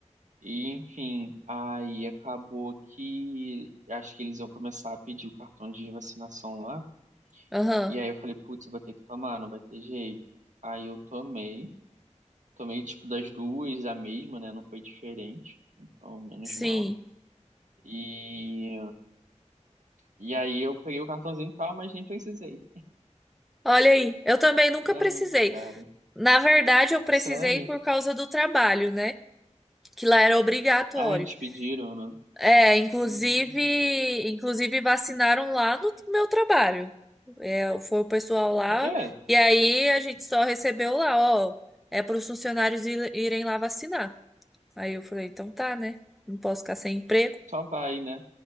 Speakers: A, on the right; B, in the centre.
A: E enfim, aí acabou que acho que eles iam começar a pedir o cartão de vacinação lá.
B: Aham,
A: E aí eu falei, putz, eu vou ter que tomar, não vai ter jeito. Aí eu tomei, tomei tipo das duas a mesma, né? Não foi diferente, então menos
B: sim.
A: mal. E, e aí eu peguei o cartãozinho e tal, mas nem precisei.
B: Olha aí, eu também nunca
A: Ai,
B: precisei.
A: cara.
B: Na verdade, eu precisei
A: Sério?
B: por causa do trabalho, né? Que lá era obrigatório.
A: Ah, eles pediram, né?
B: É, inclusive,
A: Hum.
B: inclusive vacinaram lá no meu trabalho. É, foi o pessoal lá
A: É, é,
B: e aí a gente só recebeu lá, ó, é para os funcionários ir- irem lá vacinar. Aí eu falei, então tá, né? Não posso ficar sem emprego.
A: só vai, né?